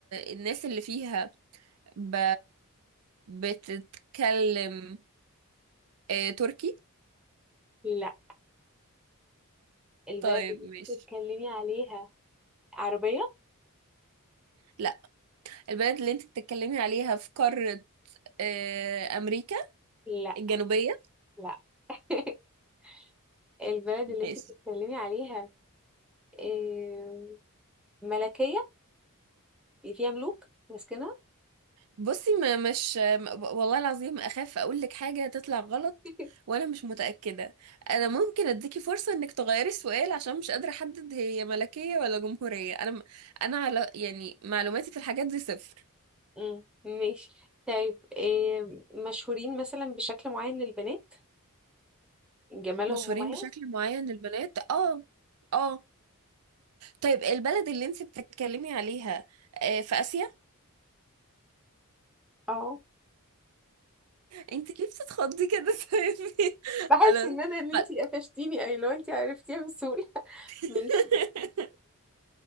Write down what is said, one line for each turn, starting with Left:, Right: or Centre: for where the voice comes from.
Right: الناس اللي فيها ب... بتتكلم آه، تركي
Centre: لا البلد
Right: طيب
Centre: اللي
Right: ماشي
Centre: انت بتتكلمي عليها عربية
Right: لا البلد اللي انت بتتكلمي عليها في قارة آه، أمريكا
Centre: لا
Right: الجنوبية
Centre: لا <laughs> البلد
Right: ماشي
Centre: اللي انت بتتكلمي عليها آم، ملكية يعني فيها ملوك ماسكنها
Right: بصي ما مش ما- والله العظيم أخاف أقول لك حاجة تطلع غلط
Centre: <laughs>
Right: وأنا مش متأكدة أنا ممكن أديكي فرصة إنك تغيري السؤال عشان مش قادرة أحدد هي ملكية ولا جمهورية أنا م- أنا على يعني معلوماتي في الحاجات دي صفر
Centre: مم، ماشي طيب آم، مشهورين مثلا بشكل معين للبنات جمالهم
Right: مشهورين
Centre: مميز
Right: بشكل معين للبنات اه اه طيب البلد اللي انت بتتكلمي عليها آه، في آسيا
Centre: اه
Right: انت ليه بتتخضي كده <laughs> سامي
Centre: بحس
Right: خلاص
Centre: ان انا اللي
Right: خلاص.
Centre: انتي قفشتيني اي لو انتي عرفتيها بسهولة <laughs>
Right: <laughs>
Centre: ماشي